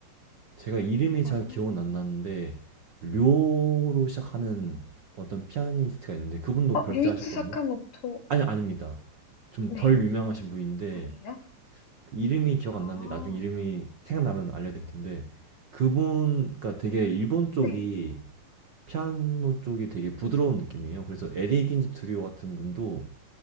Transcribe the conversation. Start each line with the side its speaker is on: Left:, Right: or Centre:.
Right: 제가 이름이 잘
Left: 어.
Right: 기억은 안 나는데 료로 시작하는 어떤 피아니스트가 있는데 그분도
Left: 어
Right: 별세하셨거든요.
Left: 류이치 사카모토
Right: 아니, 아닙니다. 좀
Left: 네.
Right: 덜 유명하신 분인데,
Left: 아니에요?
Right: 그 이름이 기억 안
Left: 아.
Right: 나는데, 나중에 이름이 생각나면 알려드릴 텐데, 그분, 그니까 되게 일본 쪽이,
Left: 네.
Right: 피아노 쪽이 되게 부드러운 느낌이에요. 그래서 에디 긴즈 트리오 같은 분도